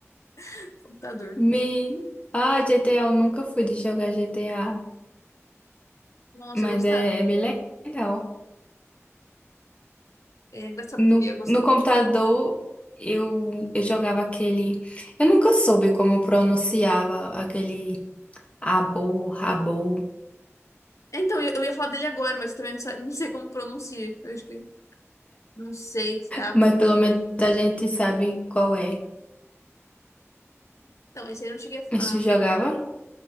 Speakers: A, on the left (about 80°); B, on the left (about 25°).
A: <laughs> computador.
B: Me... Ah, GTA, eu nunca fui de jogar GTA,
A: Nossa,
B: mas
A: eu gostava.
B: é, é bem le- legal.
A: É engraçado
B: No,
A: porque eu gostava
B: no computador,
A: dele.
B: eu, eu jogava aquele. Eu nunca soube como pronunciava aquele abo, rabo,
A: É, Então, eu, eu ia falar dele agora, mas eu também não sei, não sei como pronuncia. Eu acho que. Não sei se é a.
B: mas pelo menos a gente sabe qual é.
A: Então, esse aí eu não cheguei
B: A
A: a
B: gente
A: a
B: jogava.
A: pegar mais.